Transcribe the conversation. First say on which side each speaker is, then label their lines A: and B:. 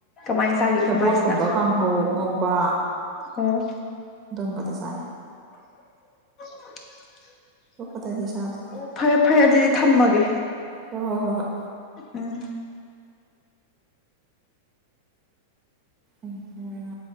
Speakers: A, on the left (about 30°); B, on the right (about 25°).
A: ꯀꯃꯥꯏꯅ ꯆꯥꯒꯦ
B: ꯁꯦꯕꯣꯠꯀꯨꯝꯕ
A: ꯐꯨꯃꯥꯏꯁꯤꯅ
B: ꯀꯥꯡꯍꯧ ꯉꯧꯕ
A: ꯑꯣ
B: ꯑꯗꯨꯝꯕꯗ ꯆꯥꯏ
A: <inaudible>
B: ꯑꯇꯣꯞꯄꯗꯗꯤ ꯆꯥꯗꯦ
A: ꯑꯣ ꯐꯔꯦ ꯐꯔꯦ ꯑꯗꯨꯗꯤ ꯊꯝꯃꯥꯒꯦ
B: ꯍꯣꯏ ꯍꯣꯏ ꯍꯣꯏ ꯍꯣꯏ
A: ꯎꯝ
B: ꯎꯝ ꯊꯝꯃꯒꯦ ꯉꯥꯏꯈꯣ